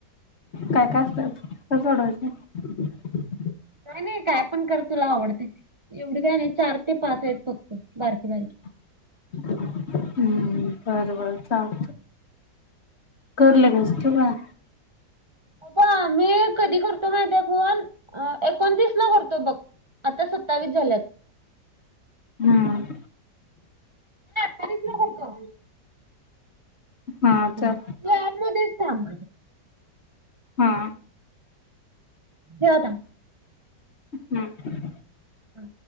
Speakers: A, on the left; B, on the right.
A: काय काय असतात? कस सोडवायचं?
B: काय नाही काय पण कर तुला आवडतय ते एवढी काय नाही चार ते पाच आहेत फक्त बारकी बारकी.
A: <inaudible> हम्म बरं बरं चालतंय. कर लगेच, ठेऊ काय?
B: अगं आम्ही कधी करतो माहिती आहे फोन एकोणतीस ला करतो बघ. आता सत्तावीस झाल्यात.
A: हम्म.
B: चाळीस ला करतो.
A: हां
B: तू
A: चल.
B: ऍप मध्येच थांब.
A: हा.
B: <inaudible> दे आता
A: हम्म.
B: हा.